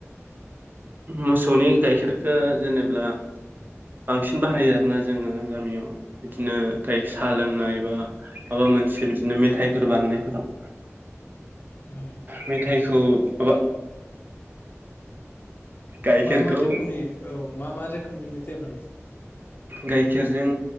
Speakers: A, on the right; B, on the left.
A: मोसौनि गाइखेरखो जेनेब्ला बांसिन बाहायो आरोना जोङो गामियाव बिदिनो जाय साहा लोंनाय बा माबा मोनसे बिदिनो मेथाइफोर बानायनायफोराव
B: उम
A: मेथाइखौ माबा गाइखेरखौ
B: मा मा रोखोमनि औ मा मा रोखोमनि मेथाइ मानो
A: गाइखेरजों